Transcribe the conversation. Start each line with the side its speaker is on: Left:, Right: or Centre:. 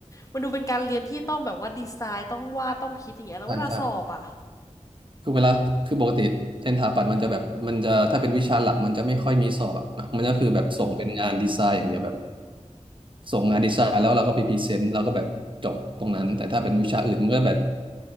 Left: มันดูเป็นการเรียนที่ต้องแบบว่าดีไซน์ต้องวาดต้องคิดอย่างเงี้ยแล้วเวลาสอบอ่ะ
Right: ใช่ใช่คือเวลาคือปกติเส็นสถาปัตย์มันจะแบบมันจะถ้าเป็นวิชาหลักมันจะไม่ค่อยมีสอบอ่ะมันก็คือแบบส่งเป็นงานดีไซน์อย่างเดียวแบบส่งงานดีไซน์แล้วเราก็ไปพรีเซนต์แล้วก็แบบจบตรงนั้นแต่ถ้าเป็นวิชาอื่นมันก็แบบ